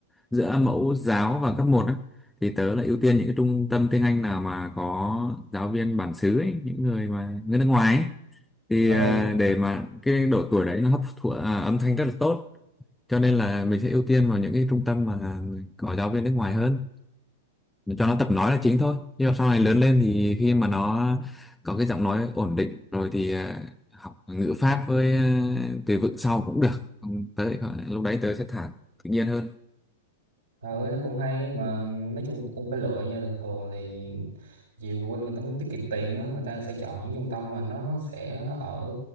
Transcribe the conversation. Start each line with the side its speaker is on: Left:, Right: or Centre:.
Centre: giữa mẫu giáo và cấp một á thì tớ lại ưu tiên những cái trung tâm tiếng Anh nào mà có giáo viên bản xứ ấy, những người mà người nước ngoài ấy. thì
Right: Ờ,
Centre: ờ, để mà cái độ tuổi đấy nó hấp thụ à, âm thanh rất là tốt cho nên là mình sẽ ưu tiên vào những cái trung tâm mà có giáo viên nước ngoài hơn cho nó tập nói là chính thôi nhưng mà sau này lớn lên thì khi mà nó có cái giọng nói ổn định rồi thì ờ, học ngữ pháp với ờ, từ vựng sau cũng được Không, tới lúc đấy tớ sẽ thả tự nhiên hơn
Right: ừ nó cũng hay mà nói chung cũng phải lựa nha thường thường thì nhiều phụ huynh người ta muốn tiết kiệm tiền á, người ta sẽ chọn những trung tâm mà nó sẽ ở